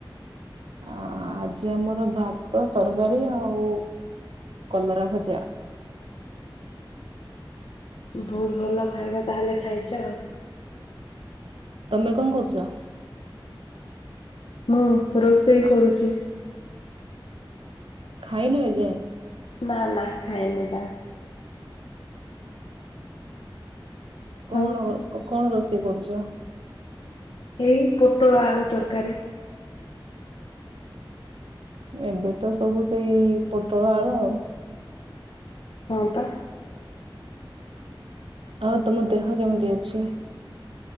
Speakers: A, on the right (about 85°); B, on the left (about 80°).
A: ଆଁ ଆଜି ଆମର ଭାତ ତରକାରୀ ଆଉ କଲରା ଭଜା।
B: ବହୁତ ଭଲ ଖାଇବା ତାହେଲେ ଖାଇଛ ଆଉ।
A: ତମେ କଣ କରୁଛ?
B: ମୁଁ ରୋଷେଇ କରୁଛି।
A: ଖାଇନୁ ଏଯାଏ।
B: ନା ନା ଖାଇନି ପା।
A: କଣ
B: ଆଉ
A: କଣ ରୋଷେଇ କରୁଛ?
B: ଏଇ ପୋଟଳ ଆଳୁ ତରକାରୀ।
A: ଏବେ ତ ସବୁ ସେଇ ପୋଟଳ ଆଳୁ ଆଉ।
B: ହଁ ପା।
A: ଆଉ ତମ ଦେହ କେମିତି ଅଛି?